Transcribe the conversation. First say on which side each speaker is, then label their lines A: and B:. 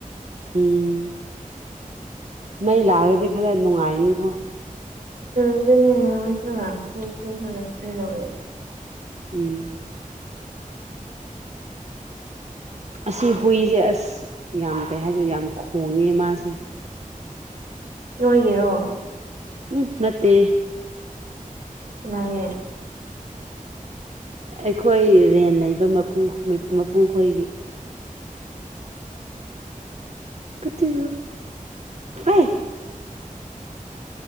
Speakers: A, on the right; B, on the right.
A: ꯎꯝ ꯃꯩ ꯂꯥꯛꯔꯗꯤ ꯈꯔ ꯅꯨꯡꯉꯥꯏꯅꯤꯀꯣ
B: <unintelligible> <unintelligible>
A: ꯎꯝ ꯑꯁꯤ ꯍꯨꯏꯖꯦ ꯑꯁ ꯌꯥꯝ ꯀꯩ ꯍꯥꯏꯗꯣꯏꯅꯣ ꯌꯥꯝ ꯈꯣꯡꯉꯦ ꯃꯥꯁꯦ
B: ꯅꯣꯏꯒꯤꯔꯣ
A: ꯎꯝ ꯅꯠꯇꯦ
B: ꯀꯅꯥꯒꯤ
A: ꯑꯩꯈꯣꯏ ꯔꯦꯟ ꯂꯩꯕ ꯃꯄꯨ ꯃꯄꯨꯈꯣꯏꯒꯤ ꯀꯨꯇꯨ ꯑꯥꯏ